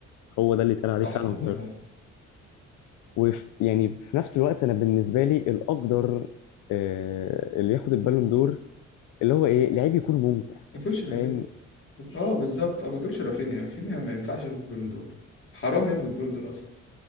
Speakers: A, on the left (about 85°); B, on the left (about 45°).
A: هو ده اللي يتقال عليه
B: صح
A: فعلا
B: والله
A: ظاهرة
B: فعلا
A: ويعني في نفس الوقت أنا بالنسبة لي الأقدر آه، اللي ياخد البالون دور اللي هو إيه لعيب يكون ممتع
B: ما تقولش رافينيا
A: فاهم
B: اه بالظبط اه ما تقولش رافينيا رافينيا ما ينفعش ياخد البالون دور حرام ياخد البالون دور اصلا